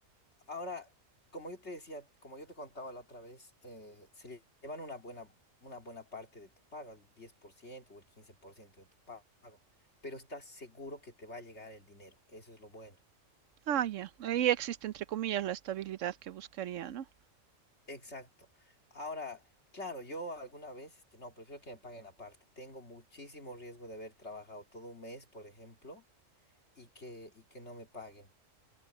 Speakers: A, on the left (about 55°); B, on the right (about 70°).
A: Ahora, como yo te decía, como yo te contaba la otra vez, eh, se llevan una buena, una buena parte de tu pago, el 10% o el 15% de tu pago, pero estás seguro que te va a llegar el dinero, eso es lo bueno.
B: Ah, ya. Ahí existe, entre comillas, la estabilidad que buscaría, ¿no?
A: Exacto. Ahora, claro, yo alguna vez, este, no, prefiero que me paguen aparte. Tengo muchísimo riesgo de haber trabajado todo un mes, por ejemplo, y que, y que no me paguen.